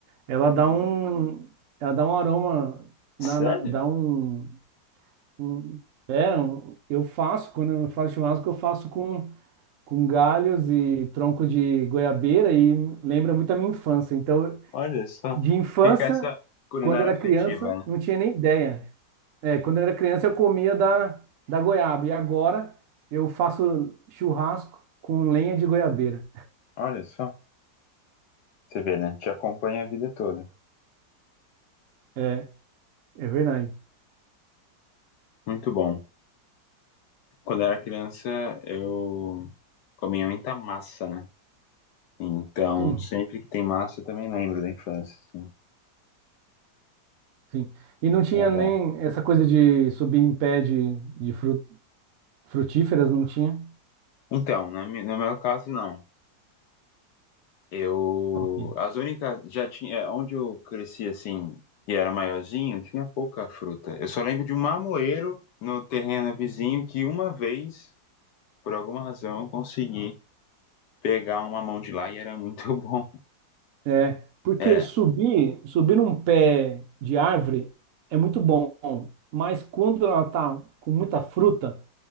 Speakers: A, on the right; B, on the left.
A: Ela dá um, ela dá um aroma, na,
B: Sério?
A: na- dá um, um- é, um- eu faço, quando eu faço churrasco, eu faço com com galhos e tronco de goiabeira e lembra muito a minha infância. Então
B: Olha só.
A: De infância,
B: Fica essa culinária
A: quando era
B: afetiva,
A: criança,
B: né?
A: não tinha nem ideia. É, quando eu era criança, eu comia da, da goiaba. E agora eu faço churrasco com lenha de goiabeira.
B: Olha só. Você vê, né? Te acompanha a vida toda.
A: É, é verdade.
B: Muito bom. Quando eu era criança, eu comia muita massa, né? Então,
A: Sim,
B: sempre que tem massa, eu também lembro da infância, assim.
A: sim. E não tinha
B: Era bom.
A: nem essa coisa de subir em pé de, de fru- frutíferas, não tinha.
B: Então, na mi- no meu caso, não. Eu,
A: Ok.
B: as únicas, já tinha, é, onde eu cresci assim, e era maiorzinho, tinha pouca fruta. Eu só lembro de um mamoeiro no terreno vizinho que uma vez, por alguma razão, eu consegui pegar uma mão de lá e era muito <laughs> bom.
A: É, porque
B: É,
A: subir, subir num pé de árvore é muito bom, mas quando ela tá com muita fruta,